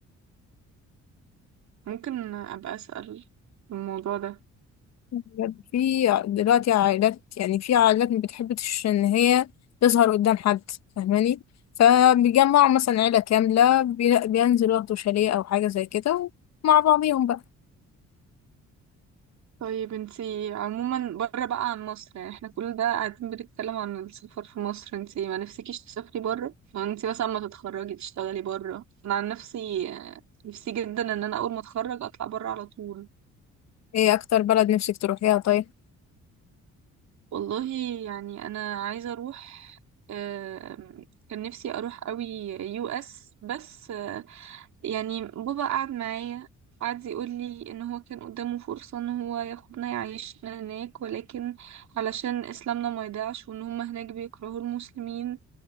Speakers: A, on the right; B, on the left.
A: ممكن أبقى أسأل في الموضوع ده
B: بجد في دلوقتي عائلات يعني في عائلات ما بتحبش ان هي تظهر قدام حد فاهماني فبيجمعوا مثلا عيلة كاملة بي- بينزلوا ياخدوا شاليه او حاجة زي كده مع بعضيهم بقى
A: طيب انتي عموما بره بقى عن مصر يعني احنا كل ده قاعدين بنتكلم عن السفر في مصر انتي ما نفسكيش تسافري بره انتي مثلا ما تتخرجي تشتغلي بره انا عن نفسي آه، نفسي جدا ان انا اول ما اتخرج اطلع بره على طول
B: ايه اكتر بلد نفسك تروحيها طيب
A: والله يعني انا عايزه اروح آم، كان نفسي اروح قوي يو اس بس آه، يعني بابا قعد معايا قعد يقول لي ان هو كان قدامه فرصه ان هو ياخدنا يعيشنا هناك ولكن علشان اسلامنا ما يضيعش وان هم هناك بيكرهوا المسلمين